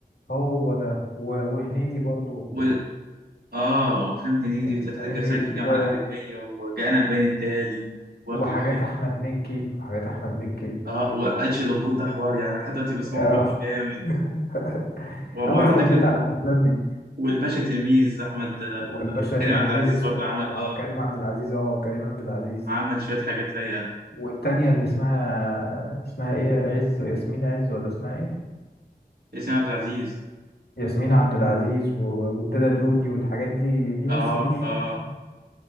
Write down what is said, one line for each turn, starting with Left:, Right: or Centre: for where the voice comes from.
Left: هو ده و- وهنيدي برضو
Right: و... اه وافلام هنيدي
Left: آه،
Right: بتاعت
Left: هنيدي
Right: صعيدي في الجامعه
Left: و...
Right: الامريكيه وجاءنا البيان التالي وبرضه
Left: وحاجات
Right: الحاجات
Left: احمد
Right: دي
Left: مكي وحاجات احمد مكي
Right: اه واتش دبور ده حوار يعني لحد دلوقتي بسمعه
Left: آه.
Right: برضه جامد
Left: <laughs>
Right: و- وعندك
Left: انا اتربيت
Right: ال-
Left: على الافلام دي
Right: والباشا تلميذ احمد آه،
Left: والباشا
Right: كريم
Left: تلميذ
Right: عبد العزيز
Left: اسمه
Right: برضه عمل اه
Left: كريم عبد العزيز اه كريم عبد العزيز
Right: عمل شويه حاجات رايقه
Left: والتانية اللي اسمها اسمها ايه عز ياسمين عز ولا اسمها ايه
Right: ياسمين عبد العزيز
Left: ياسمين عبد العزيز و- والدادا دودي والحاجات دي دي
Right: اه
Left: بص دي <laughs>
Right: اه